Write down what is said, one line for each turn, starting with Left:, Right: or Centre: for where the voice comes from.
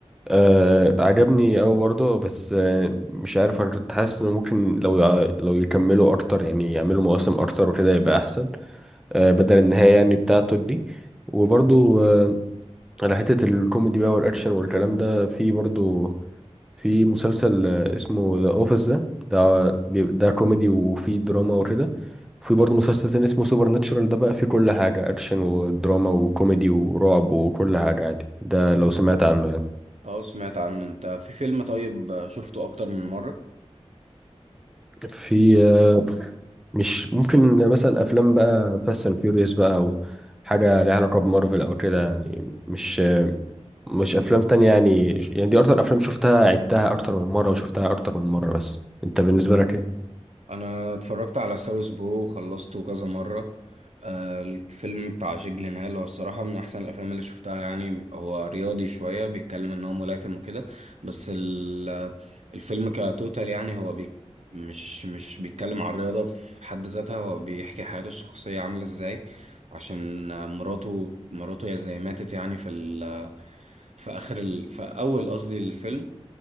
Centre: آه عجبني اوي برضه بس آه مش عارف انا كنت حاسس انه ممكن لو يع- لو يكملوا اكتر يعني يعملوا مواسم اكتر وكده يبقى احسن آه بدل النهاية يعني بتاعته دي وبرضه آه على حتة الكوميدي بقى والاكشن والكلام ده في برضه في مسلسل آه، اسمه ذا اوفيس ده ده بي- ده كوميدي وفي دراما وكده في برضه مسلسل تاني اسمه سوبر ناتشورال ده بقى فيه كل حاجة أكشن ودراما وكوميدي ورعب وكل حاجة عادي ده لو سمعت عنه يعني
Right: اه سمعت عنه انت في فيلم طيب آه، شفته اكتر من مره
Centre: في آه، مش ممكن مثلا أفلام بقى فاست أند فيوريوس بقى أو حاجة ليها علاقة بمارفل أو كده يعني مش آه، مش أفلام تانية يعني يعني دي أكتر أفلام شفتها عدتها أكتر من مرة وشفتها أكتر من مرة بس أنت بالنسبة لك إيه؟
Right: انا اتفرجت على ساوث بو وخلصته كذا مره آه، الفيلم بتاع جيك جيلنهال هو الصراحه من احسن الافلام اللي شفتها يعني هو رياضي شويه بيتكلم ان هو ملاكم وكده بس ال- الفيلم كتوتال يعني هو بي مش مش بيتكلم عن الرياضه في حد ذاتها هو بيحكي حياته الشخصيه عامله ازاي عشان آه، مراته مراته يا زي ماتت يعني في ال في اخر ال في اول قصدي الفيلم